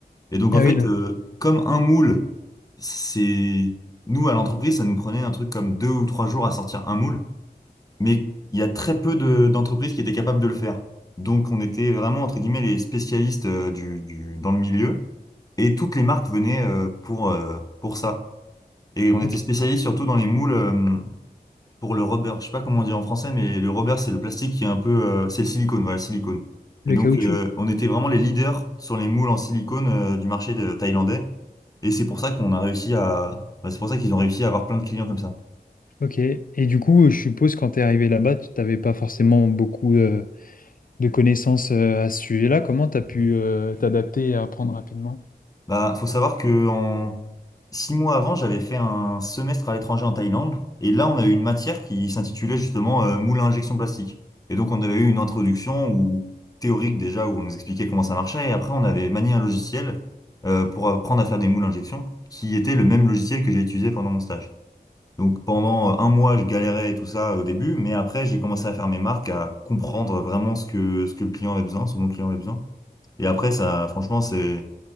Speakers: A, on the left (about 20°); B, on the left (about 60°).
A: Et donc,
B: Ah
A: en fait,
B: oui, donc,
A: euh, comme un moule, c'est... Nous, à l'entreprise, ça nous prenait un truc comme deux ou trois jours à sortir un moule, mais il y a très peu de, d'entreprises qui étaient capables de le faire. Donc, on était vraiment, entre guillemets, les spécialistes euh, du, du, dans le milieu. Et toutes les marques venaient euh, pour, euh, pour ça. Et on
B: ok.
A: était spécialisé surtout dans les moules euh, pour le rubber. Je sais pas comment on dit en français, mais le rubber, c'est le plastique qui est un peu... euh, c'est le silicone, voilà, le silicone.
B: Le
A: Et donc,
B: caoutchouc.
A: euh, on était vraiment les leaders sur les moules en silicone euh, du marché de- thaïlandais. Et c'est pour ça qu'on a réussi à... bah, c'est pour ça qu'ils ont réussi à avoir plein de clients comme ça.
B: Ok. Et du coup, je suppose quand tu es arrivé là-bas, tu n'avais pas forcément beaucoup euh, de connaissances euh, à ce sujet-là. Comment tu as pu euh, t'adapter et apprendre rapidement?
A: Bah, faut savoir que en six mois avant, j'avais fait un semestre à l'étranger en Thaïlande, et là, on a eu une matière qui s'intitulait justement euh, moule à injection plastique. Et donc, on avait eu une introduction ou théorique déjà où on nous expliquait comment ça marchait, et après, on avait manié un logiciel euh, pour apprendre à faire des moules à injection, qui était le même logiciel que j'ai utilisé pendant mon stage. Donc, pendant euh, un mois, je galérais et tout ça au début, mais après, j'ai commencé à faire mes marques, à comprendre vraiment ce que ce que le client avait besoin, ce dont le client avait besoin. Et après, ça, franchement, c'est,